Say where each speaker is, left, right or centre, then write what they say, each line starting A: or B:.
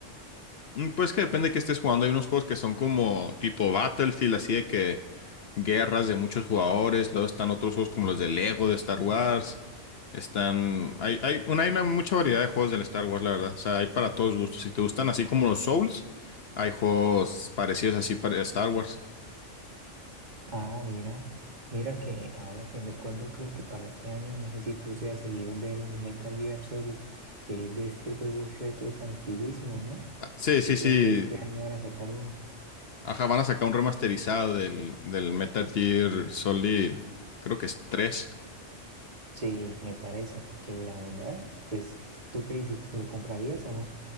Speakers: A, on the left (about 60°); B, on the right (about 35°).
A: Mm, Pues que depende de qué estés jugando. Hay unos juegos que son como tipo Battlefield, así de que guerras de muchos jugadores, luego están otros juegos como los de Lego, de Star Wars, están, hay, hay una, hay una mucha variedad de juegos del Star Wars, la verdad, o sea, hay para todos gustos, si te gustan así como los Souls, hay juegos parecidos así para Star Wars.
B: Ah, mira, mira que ahora que recuerdo, creo que para este año, no sé si tú seas seguidor del Metal Gear Solid, que es de estos juegos retros antiguísimos, ¿no?
A: Ah, Sí, sí,
B: Que creo
A: sí,
B: que este año van a sacar uno.
A: ajá, van a sacar un remasterizado del, del Metal Gear Solid, creo que es 3.
B: Sí, me parece que la verdad, pues, ¿tú qué dices? ¿Lo comprarías o no?